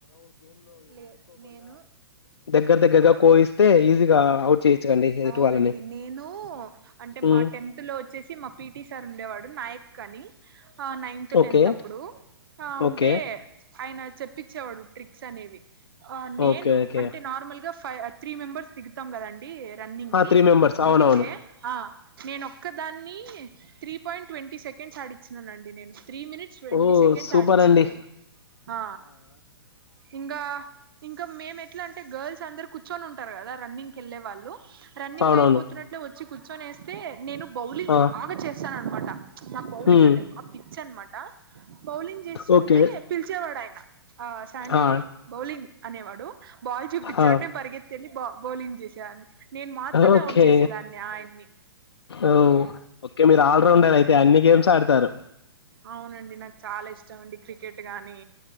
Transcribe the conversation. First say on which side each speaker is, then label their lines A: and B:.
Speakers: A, on the right; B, on the left.
A: లే నేను
B: దగ్గర దగ్గరగా కోయిస్తే ఈజీగా అవుట్ చేయొచ్చుకండి ఎదుటి
A: అవునండి
B: వాళ్ళని
A: నేను అంటే
B: ఉమ్
A: మా టెన్త్ లో వచ్చేసి మా పిటి సార్ ఉండేవాడు నాయక్ అని ఆ నైన్త్
B: ఓకే
A: టెన్త్ అప్పుడు ఉంటే
B: ఓకే
A: ఆయన చెప్పించేవాడు ట్రిక్ క్స్ అనేవి ఆ నేను
B: ఓకే ఓకే
A: అంటే నార్మల్ గా ఫైవ్ త్రీ మెంబర్స్ దిగు మొత్తం కదండి రన్నింగ్
B: ఆ
A: కి
B: త్రీ మెంబర్స్
A: దిగితే
B: అవునవును
A: ఆ నేనొక్క దాన్ని త్ర్రి పాయింట్ ట్వంటీ సెకండ్స్ ఆడిచ్చిన్నానండి నేను త్రీ మినిట్స్ ట్వంటీ
B: ఓ
A: సెకండ్స్
B: సూపర్
A: ఆడిచ్చిన
B: అండి
A: ఆ ఇంకా ఇంకా మేము ఎట్లా అంటే గర్ల్స్ అందరు కూర్చొని ఉంటారు కదా రన్నింగ్కి వెళ్ళే వాళ్ళు రన్నింగ్
B: అవునవును
A: అయిపోతున్నట్లు వచ్చి కూర్చొని వస్తే నేను బౌలింగ్
B: ఆ
A: బాగా చేస్తాన అనమాట నా బౌలింగ్
B: ఉమ్
A: అంటే బ పిచ్ అనమాట బౌలింగ్ చేస్తుంటే
B: ఓకే
A: పిలిచేవాడు ఆయన ఆ శాండీ
B: ఆ
A: బౌలింగ్ అనేవాడు బాల్ చూపించాడు
B: ఆ
A: నేను పరిగెత్తి వెళ్ళి బా బౌలింగ్ చేసేదాన్ని నేను మాత్రమే
B: ఓకే
A: అవుట్ చేసేదాన్ని ఆయన్ని
B: ఓ ఓకే మీరు ఆల్రౌండర్ అయితే అన్ని గేమ్స్ ఆడతారు
A: అవునండి నాకు చాలా ఇష్టం అండి క్రికెట్ గాని